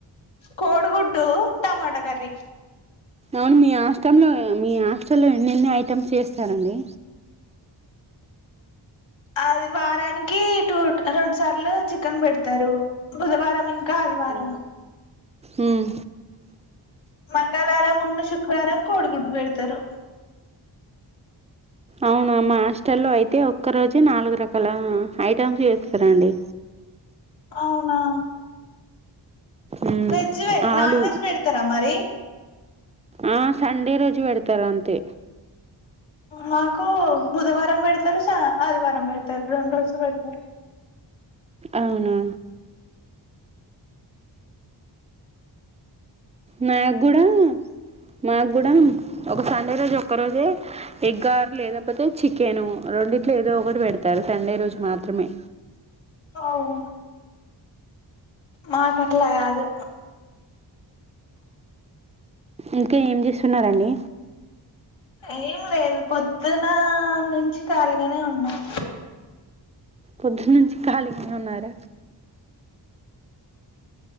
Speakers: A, on the left; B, on the right.
A: కోడుగుడ్డు టమాట కర్రీ
B: అవును మీ హాస్టంలో మీ హాస్టల్లో ఎన్ని ఎన్ని ఐటమ్స్ చేస్తారండి
A: అది వారానికి టూ రెండు సార్లు చికెన్ పెడతారు బుధవారం ఇంకా ఆదివారం
B: మ్మ్
A: మంగళవారం మున్న శుక్రవారం కోడుగుడ్డు పెడతారు
B: అవును మా హాస్టల్లో అయితే ఒక్కరోజే నాలుగు రకాల ఐటమ్స్ చేస్తారండి
A: అవునా
B: ఉమ్
A: వెజ్
B: ఆలు
A: నాన్ వెజ్ బెడతారా మరి
B: ఆ సండే రోజు పెడతారు అంతే
A: మాకు బుధవారం పెడతారు స ఆదివారం పెడతారు రెండు రోజులు పెడతారు
B: అవునా నాక్ గుడా మాక్ గుడా ఒక సండే రోజు ఒక్క రోజే ఎగ్ ఆర్ లేకపోతే చికెను రెండిట్లో ఏదో ఒకటి పెడతారు సండే రోజు మాత్రమే
A: అవ్ మాకట్లా కాదు
B: ఇంకా ఏం చేస్తున్నారండి
A: ఏం లేదు పొద్దున నుంచి కాలిగనే ఉన్నాం
B: పొద్దున్న నుంచి ఖాలిగ ఉన్నార